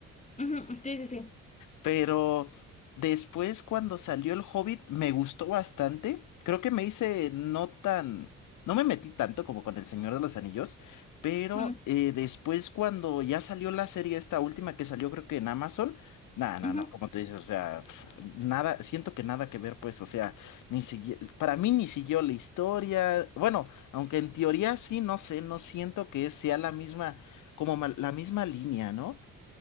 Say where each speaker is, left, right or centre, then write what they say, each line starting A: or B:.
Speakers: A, on the left (about 25°); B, on the left (about 85°).
A: ujú, Sí, sí, sí.
B: Pero después, cuando salió El Hobbit, me gustó bastante. Creo que me hice no tan. No me metí tanto como con El Señor de los Anillos. Pero
A: Ujú,
B: eh, después, cuando ya salió la serie, esta última que salió, creo que en Amazon. No, no,
A: ujú.
B: no, como te dices, o sea, pf, nada, siento que nada que ver, pues, o sea, ni sigui- para mí ni siguió la historia, bueno, aunque en teoría sí, no sé, no siento que sea la misma, como ma- la misma línea, ¿no?